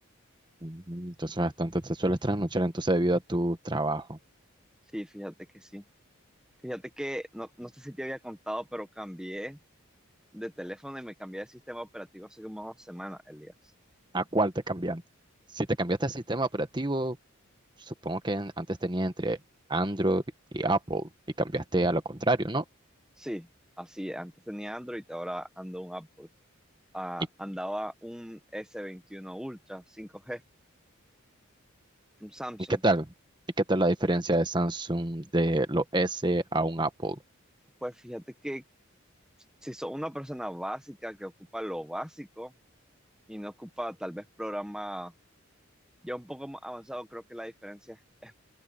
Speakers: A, on the right (about 20°); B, in the centre.
A: Ujú, Entonces bastante te sueles trasnochar entonces debido a tu trabajo.
B: Sí, fíjate que sí. Fíjate que no, no sé si te había contado, pero cambié de teléfono y me cambié de sistema operativo hace como dos semanas, Elías.
A: ¿A cuál te cambiaste? Si te cambiaste el sistema operativo, supongo que an- antes tenía entre Android y Apple y cambiaste a lo contrario, ¿no?
B: Sí, así. Antes tenía Android, ahora ando un Apple. Ah,
A: ¿Y,
B: andaba un s veintiuno Ultra cinco g un Samsung.
A: y qué tal? ¿Y qué tal la diferencia de Samsung de los S a un Apple?
B: Pues fíjate que si sos una persona básica que ocupa lo básico y no ocupa tal vez programas Ya un poco más avanzado, creo que la diferencia es